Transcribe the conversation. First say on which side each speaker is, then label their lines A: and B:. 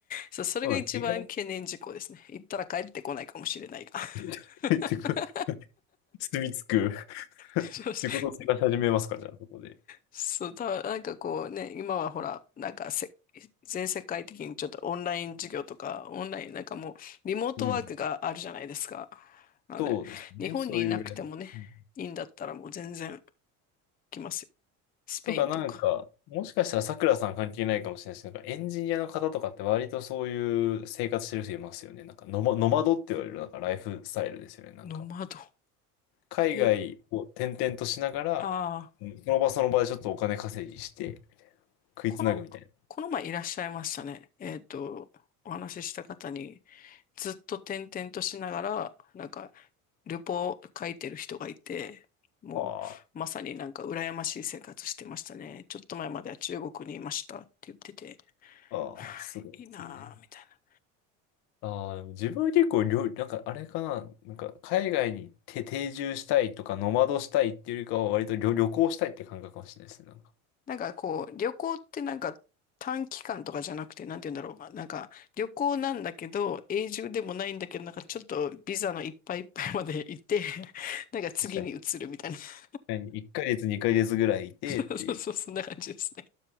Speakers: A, on the left; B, on the left.
A: <laughs> そう、それが一番懸念事項ですね。
B: そうです。意外
A: 行ったら帰ってこないかもしれないが。<laughs>
B: に <laughs> 住み着く <laughs>
A: そうそう、
B: 仕事探し始めますか、じゃあ、そこで。
A: そうたなんかこうね、今はほら、なんかせ、全世界的にちょっとオンライン授業とか、オンライン、なんかもう、リモートワークがあるじゃないですか。
B: うん。
A: なので、
B: そうですね、
A: 日本にいなくてもね、
B: そういう。うん
A: いいんだったらもう全然来ますよ。スペインとか。
B: とか、なんか、もしかしたらさくらさん関係ないかもしれないし、なんかエンジニアの方とかって割とそういう生活してる人いますよね。なんかノマ、ノマドって言われるなんかライフスタイルですよね。なんか、
A: ノマド。
B: 海外を転々としながら、
A: へえ。ああ、
B: うんその場その場でちょっとお金稼ぎして食いつなぐみたいな。
A: この、この前いらっしゃいましたね。えっと、お話しした方に、ずっと転々としながら、なんか、旅行を書いてる人がいて、もう、
B: あ
A: まさになんか羨ましい生活してましたね。ちょっと前までは中国にいましたって言ってて、
B: あ、ああ、
A: <sighs>
B: すごいですね。
A: いいなぁ、みたいな。
B: ああ、でも自分は結構料理、なんかあれかな、なんか海外にて定住したいとか、ノマドしたいっていうよりかは割と旅、旅行したいって感覚かもしれないですね。なんか
A: なんかこう、旅行ってなんか短期間とかじゃなくて、なんて言うんだろう。なんか旅行なんだけど、永住でもないんだけど、なんかちょっとビザのいっぱいいっぱいまでいて、<laughs> なんか次に移るみたいな。
B: 確かに。
A: <laughs>
B: 何1ヶ月、2ヶ月ぐらいいてっていう。
A: そうそうそう、そんな感じですね。